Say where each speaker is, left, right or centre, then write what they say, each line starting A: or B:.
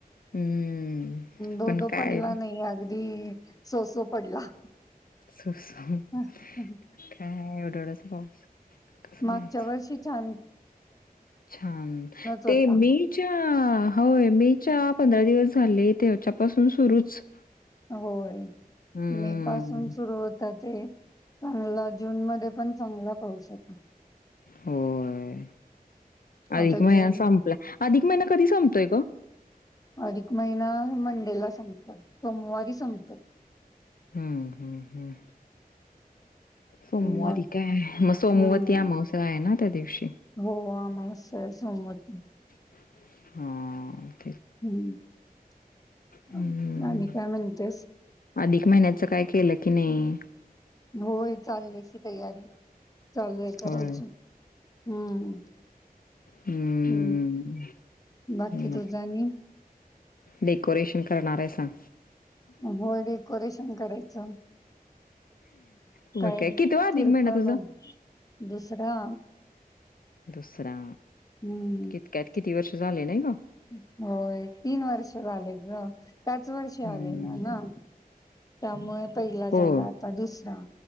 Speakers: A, on the left; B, on the left.
A: हम्म
B: दो
A: पण
B: दो
A: काय
B: पडला नाही अगदी सोसो पडला
A: सोसो
B: हम्म
A: काय एवढावढाच पाऊस कसं
B: मागच्या
A: व्हायचं?
B: वर्षी झालं
A: छान
B: होता
A: ते मेच्या होय मेच्या पंधरा दिवस झाले त्याच्यापासून सुरूच
B: होय
A: हम्म.
B: मे पासून सुरू होत ते चांगलं जून मध्ये पण चांगलं करू शकत
A: होय अधिक
B: आता
A: महिना
B: जून
A: संपला अधिक महिना कधी संपतोय ग
B: अधिक महिना मंडेला संपतात सोमवारी संपत
A: हां हां सोमवारी
B: मग
A: काय आहे मग सोमवती
B: हम्म
A: अमावस्या आहे ना त्या दिवशी?
B: हो अमावस्या आहे सोमवारी
A: हा
B: हम्म
A: हं.
B: आणि काय म्हणतेस
A: अधिक महिन्याच काय केलं की नाही
B: होय चालण्याची तयारी चालू आहे करायच
A: होय.
B: हम्म
A: हं.
B: हम् बाकी
A: मग
B: तू आणि
A: डेकोरेशन करणार आहे सांग
B: हो डेकोरेशन करायचं
A: मग
B: काही
A: काय? कितवा अधिक
B: किरको
A: महिना तुझा?
B: म दुसरा
A: दुसरा
B: हम्म
A: कित काय किती वर्ष झाले नाही गं?
B: होय तीन वर्ष आले ग त्याच वर्षी
A: हम्म,
B: आले ना ना त्यामुळे पहिला
A: हो.
B: झाला आता दुसरा